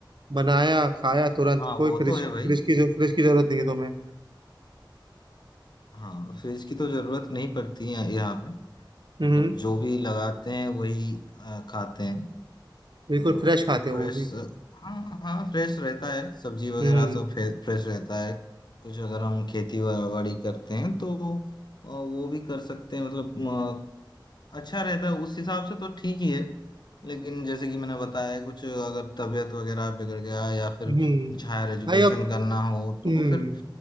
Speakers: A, on the right (about 65°); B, on the left (about 60°).
A: बनाया खाया तुरंत
B: हाँ
A: कोई
B: वो
A: फ्रिज
B: तो है भाई
A: फ्रिज की फ्रिज की जरूरत नहीं है तुम्हें
B: हाँ फ्रिज की तो जरूरत नहीं पड़ती है यहाँ पे मतलब
A: हम्म
B: जो भी लगाते हैं वही आ, खाते हैं
A: बिल्कुल
B: मतलब
A: फ्रेश खाते हो
B: फ्रेश
A: वो भी
B: हाँ हाँ फ्रेश रहता है सब्जी वगैरह
A: हम्म
B: सब फ्रेश रहता है कुछ अगर हम खेती वा- बाड़ी करते हैं तो अ, वो भी कर सकते हैं मतलब अ, अच्छा रहता है उस हिसाब से तो ठीक ही है लेकिन जैसे कि मैंने बताया कुछ अगर तबीयत वगैरह बिगड़ गया या फिर
A: हम्म
B: कुछ हायर एजुकेशन
A: भाई अब
B: करना हो तो
A: हम्म
B: फिर